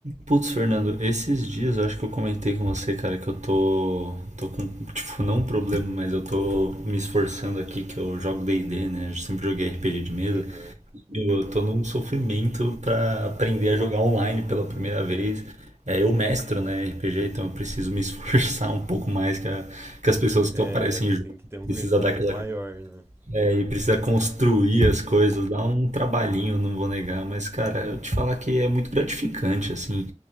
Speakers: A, on the right; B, on the right.
A: Putz, Fernando, esses dias eu acho que eu comentei com você, cara, que eu tô, tô com, tipo, não um problema, mas eu tô me esforçando aqui, que eu jogo D&D, né? Eu sempre joguei RPG de mesa.
B: Aham.
A: Eu tô num sofrimento pra aprender a jogar online pela primeira vez. É, eu mestro, né, RPG, então eu preciso me esforçar <laughs> um pouco mais que, a- que as pessoas
B: É,
A: que aparecem
B: você
A: junto.
B: tem que ter um
A: Precisa
B: conhecimento
A: dar aquela
B: maior, né?
A: é, e precisa construir as coisas, dá um trabalhinho, não vou negar, mas cara, eu te falar que é muito gratificante, assim.